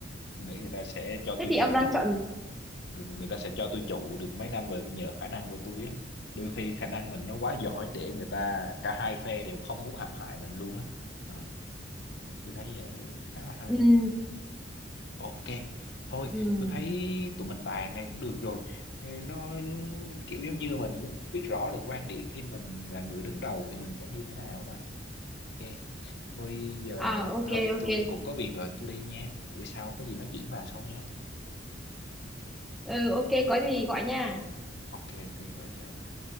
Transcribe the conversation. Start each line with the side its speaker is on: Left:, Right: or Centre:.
Left: Tôi nghĩ người ta sẽ cho
Centre: thế
Left: tôi
Centre: thì
Left: trụ
Centre: ông đang chọn
Left: ờ, người, người ta sẽ cho tôi trụ được mấy năm về nhờ khả năng của tôi á đôi khi khả năng mình nó quá giỏi để người ta cả hai phe đều không muốn hãm hại mình luôn á à, tôi thấy vậy khá là hay
Centre: ừm,
Left: ok thôi
Centre: ừm.
Left: tôi thấy tụi mình bàn này cũng được rồi Ừ, nó kiểu giống như mình muốn biết rõ được quan điểm khi mình là người đứng đầu thì mình sẽ như thế nào mà ok thôi giờ
Centre: à ok
Left: thôi tôi
Centre: ok
Left: cũng có việc rồi tôi đi nha buổi sau có gì nói chuyện bà sau nhé
Centre: ừ, ok có gì gọi nha
Left: ok ok rồi chào bà